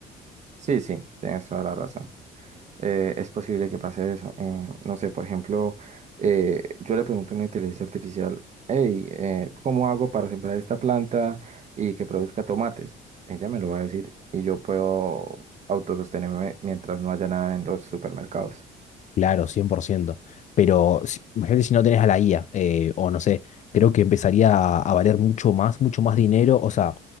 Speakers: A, on the right; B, on the left.
A: sí, sí, tienes toda la razón. Eh, es posible que pase eso. Eh, no sé, por ejemplo, eh, yo le pregunto a una inteligencia artificial, hey, eh, ¿cómo hago para sembrar esta planta y que produzca tomates? Ella me lo va a decir y yo puedo autosostenerme mientras no haya nada en los supermercados.
B: Claro, 100%. Pero si- imagínate si no tenés a la IA, eh, o no sé, creo que empezaría a, a valer mucho más, mucho más dinero, o sea,